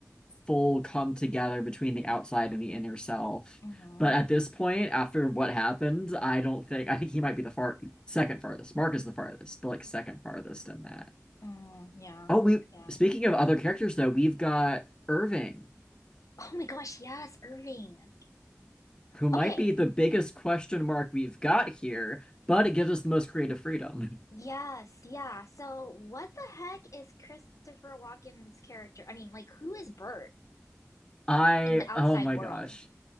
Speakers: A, on the left; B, on the left.
A: full come together between the outside and the inner self.
B: Mm-hmm.
A: But at this point, after what happened, I don't think I think he might be the far second farthest. Mark is the farthest, but like second farthest in that.
B: Mm, yeah.
A: Oh, we
B: Yeah.
A: speaking of other characters though, we've got Irving,
B: Oh my gosh, yes, Irving.
A: who might
B: Okay.
A: be the biggest question mark we've got here, but it gives us the most creative freedom.
B: Yes, yeah. So what the heck is Christopher Walken's character? I mean, like who is Bert
A: <laughs> I
B: in the outside
A: oh my
B: world?
A: gosh.